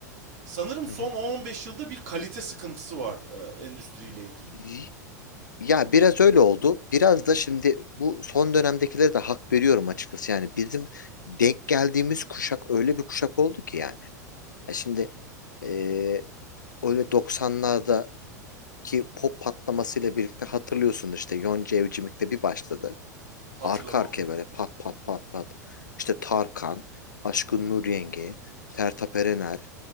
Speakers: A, on the right; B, on the left.
A: Sanırım
B: Hı
A: son
B: hı.
A: 10-15 yılda bir kalite sıkıntısı var e, endüstriyle ilgili.
B: Y- Ya biraz öyle oldu. Biraz da şimdi bu son dönemdekilere de hak veriyorum açıkçası. Yani bizim denk geldiğimiz kuşak öyle bir kuşak oldu ki yani. Ya şimdi eee, öyle 90'lardaki pop patlamasıyla birlikte hatırlıyorsunuz işte Yonca Evcimik'te bir başladı.
A: Hatırlamam
B: Arka arkaya
A: mı ya?
B: böyle pat pat pat pat. İşte Tarkan, Aşkın Nur Yenge, Sertab Erener,